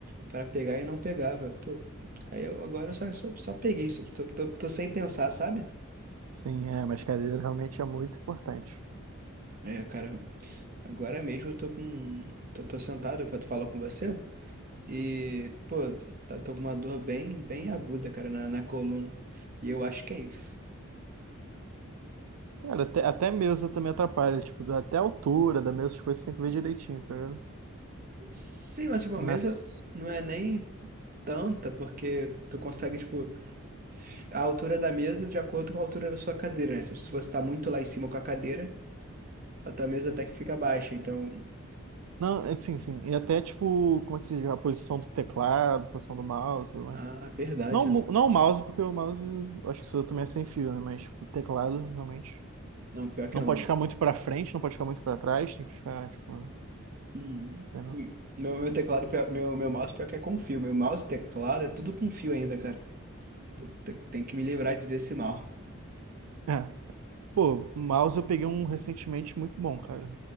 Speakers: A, on the right; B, on the right.
A: pra pegar e não pegava. Pô, aí eu- agora eu só, só, só peguei. só- Tô, tô, tô sem pensar, sabe?
B: Sim, é, mas cadeira realmente é muito importante.
A: É, cara. Agora mesmo eu tô com. Tô, tô sentado enquanto falo com você. E, pô, tá- tô com uma dor bem, bem aguda, cara, na, na coluna. E eu acho que é isso.
B: Cara, até, até mesa também atrapalha, tipo, até a altura da mesa, as coisas você tem que ver direitinho, tá ligado?
A: Sim, mas, tipo, a
B: Não
A: mesa
B: é s-
A: não é nem tanta, porque tu consegue, tipo. a altura da mesa de acordo com a altura da sua cadeira, né? Então, se você está muito lá em cima com a cadeira, a tua mesa até que fica baixa. Então,
B: Não, é, sim, sim. E até, tipo, como é que se diz? A posição do teclado, a posição do mouse e tudo mais.
A: ah, verdade.
B: Não, mu- não o mouse, porque o mouse, eu acho que isso também é sem fio, né? Mas, tipo, o teclado, realmente.
A: Não, pior que
B: Não
A: não.
B: pode ficar muito pra frente, não pode ficar muito pra trás, tem que ficar, tipo,
A: Hum.
B: entendeu?
A: Meu, meu teclado, pior- meu, meu mouse, pior que é com fio. Meu mouse, teclado, é tudo com fio ainda, cara. Então, te- Tem que me livrar de- desse mal.
B: É. Pô, o mouse eu peguei um recentemente muito bom, cara,